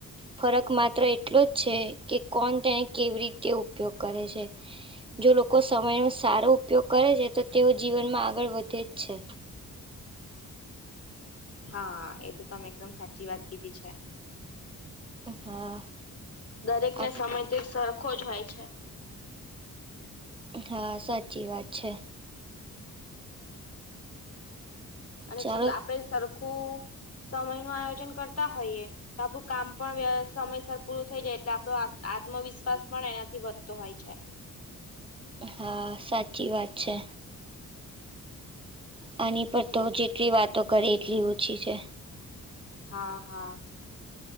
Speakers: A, on the right; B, on the left.
A: ફરક માત્ર એટલો જ છે કે કોણ તેને કેવી રીતે ઉપયોગ કરે છે. જો લોકો સમયનો સારો ઉપયોગ કરે છે તો તેઓ જીવનમાં આગળ વધે જ છે.
B: હા એ તો તમે એકદમ સાચી વાત કીધી છે.
A: હા
B: દરેકને
A: અને
B: સમયથી સરખો જ હોય છે.
A: હા સાચી વાત છે.
B: અને
A: ચાલો
B: આપડ સરખું સમય નું આયોજન કરતા હોઈએ. તો આપણું કામ પણ સમયસર પૂરું થઈ જાય એટલે આપણો આત્મવિશ્વાસ પણ એનાથી વધતો હોય છે.
A: હા સાચી વાત છે. આની પર
B: એટલે
A: તો જેટલી વાતો કરે એટલી ઓછી છે.
B: હા હા